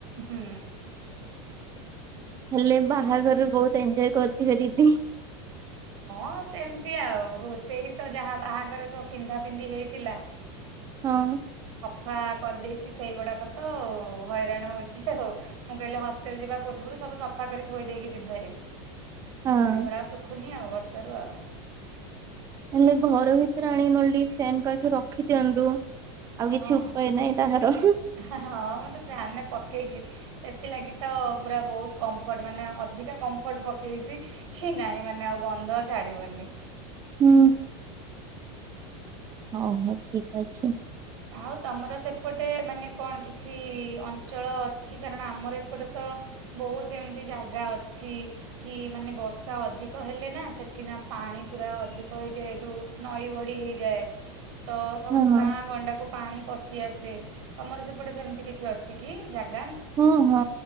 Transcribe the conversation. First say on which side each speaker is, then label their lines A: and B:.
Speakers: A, on the right; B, on the right.
A: ହୁଁ।
B: ହେଲେ, ବାହାଘର ବହୁତ ଏଞ୍ଜୟ କରିଥିବେ ଦିଦି!
A: ହଁ, ସେମିତି ଆଉ, ହଉ ସେଇ ତ ଯାହା ବାହାଘରରେ ସବୁ ପିନ୍ଧା ପିନ୍ଧି ହେଇଥିଲା
B: ହଁ।
A: ଫା କରିଦେଇଛି ସେଇଗୁଡାକ ତଉ ହଇରାଣ ହଉଛି ଆଉ ମୁଁ କହିଲି, ହଷ୍ଟେଲ ଯିବା ପୂର୍ବରୁ ସବୁ ସଫା କରି ଥୋଇ ଦେଇକି ଯିବିଭାରି।
B: ହଁ
A: ସେଇଗୁଡାକ ସବୁ ନି ଆଉ ବର୍ଷାରୁ ଆଉ।
B: ନଲେ, ଘର ଭିତରେ ଆଣି ନହେଲେ ଟିକେ ଫ୍ୟାନ୍ ପାଖରେ ରଖି ଦିଅନ୍ତୁ। ଆଉ କିଛି
A: ହଁ,
B: ଉପାୟ ନାହିଁ ତାହାର ହୁଁ
A: ହଁ ହଁ ମୁଁ ତ ଫ୍ୟାନ୍ ରେ ପକେଇଛି। ସେଥିଲାଗି ତ ପୁରା ବହୁତ କମ୍ଫର୍ଟ ମାନେ ଅଧିକା କମ୍ଫର୍ଟ ପକେଇଛି କି ନାହିଁ, ମାନେ ଆଉ ଗନ୍ଧ ଛାଡ଼ିବନି।
B: ହୁଁ, ହଉ ହୋ ଠିକ୍ ଅଛି।
A: ଆଉ, ତମର ସେ ଏପଟେ ମାନେ କଣ କିଛି-ଇ ଅଞ୍ଚଳ ଅଛି! କାରଣ ଆମର ଏପଟେ ତ ବହୁତ ଏମିତି ଜାଗା ଅଛି କି, ମାନେ ବର୍ଷା ଅଧିକ ହେଲେ ନା, ସେଠି ନା ପାଣି ପୁରା ଅଧିକ ଯେ ଯଉ ନଈ ବଢି ହେଇଯାଏ। ତ, ସବୁ
B: ହଁ ହଁ
A: ଗାଁ ଗଣ୍ଡାକୁ ପାଣି ପଶି ଆସେ। ତମର ସେପଟେ ସେମିତି କିଛି ଅଛି କି ଜାଗ୍
B: ହଁ ହଁ